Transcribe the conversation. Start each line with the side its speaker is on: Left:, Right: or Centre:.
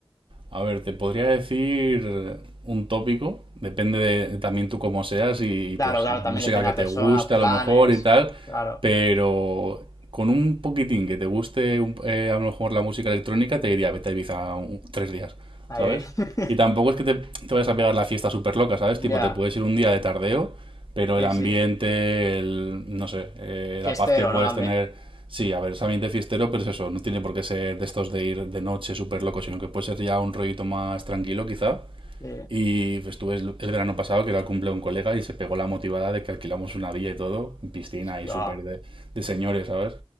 Right: A ver, te podría decir un tópico, depende de también tú cómo seas y,
Left: Claro,
Right: pues
Left: claro,
Right: música
Left: también depende
Right: que
Left: de
Right: te
Left: la persona,
Right: guste
Left: planes.
Right: a lo mejor y tal,
Left: Claro,
Right: pero con un poquitín que te guste un- eh, a lo mejor la música electrónica te diría vete a Ibiza un- tres días.
Left: ahí
Right: ¿sabes?
Left: vi. <laughs>
Right: Y tampoco es que te, te vayas a pegar la fiesta súper loca, ¿sabes? Tipo,
Left: Ya,
Right: te puedes ir un día de tardeo, pero
Left: sí,
Right: el ambiente,
Left: sí.
Right: el, no sé, eh,
Left: Fiestero,
Right: la paz que puedes
Left: ¿no? También.
Right: tener, sí, a ver, es ambiente fiestero, pero es eso, no tiene por qué ser de estos de ir de noche súper loco, sino que puede ser ya un rollito más tranquilo quizá.
Left: Sí.
Right: Y pues, estuve el, el verano pasado, que era el cumple de un colega, y se pegó la motivada de que alquilamos una villa y todo, piscina y
Left: Ya,
Right: súper de, de señores, ¿sabes?